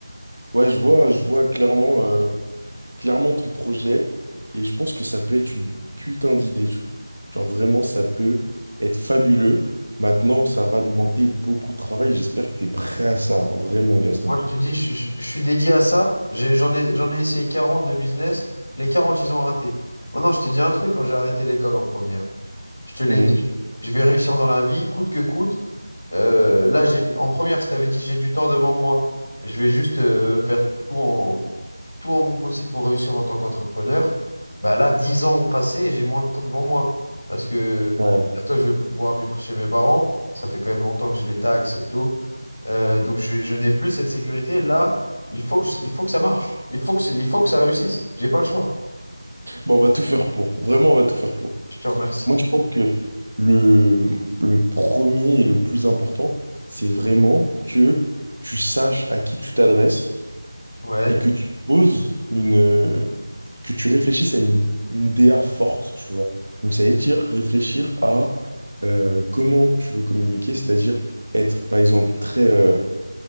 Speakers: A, on the right; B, on the left.
A: Ouais, je vois, je vois clairement, euh, clairement ton projet et je pense que ça peut être une putain d'idée, tu vois. Genre vraiment, ça peut être fabuleux. Maintenant, ça va demander beaucoup de travail. J'espère que t'es prêt à ça, hein, vraiment, Gaston.
B: Moi, je te dis, je, je- je suis dédié à ça. J'ai- J'en ai, j'en ai essayé 40 de business. Les 40, ils ont raté. Maintenant, je t'ai dit un truc quand j'ai arrêté l'école en première. Je te l'ai
A: Hmm.
B: dit, je vais réussir dans la vie, coûte que coûte. Euh, là, j'ai, en première, je t'avais dit, j'ai du temps devant moi. Je vais juste euh, faire tout en, tout en mon possible pour réussir en tant qu'entrepreneur. Bah là, 10 ans ont passé et j'ai moins de temps devant moi. Parce que
A: Ouais.
B: bientôt, je vais plus pouvoir vivre chez mes parents. Ça fait quand même longtemps que j'ai les taxes et tout. Euh, donc, je, je n'ai plus cette sécurité. Là, il faut que, il faut que ça marche. Il faut que, c'est- il faut que ça réussisse. J'ai pas le choix.
A: Bon, on va tout faire pour. Vraiment, on va tout faire pour.
B: Je te remercie.
A: Moi, je pense que le, le premier et le plus important, c'est vraiment que tu saches à qui tu t'adresses
B: Ouais,
A: et que tu poses une, euh, que tu réfléchisses à une, une DA forte, tu vois. Donc ça veut dire réfléchir à euh, comment tu veux communiquer, c'est-à-dire être, par exemple, très, euh,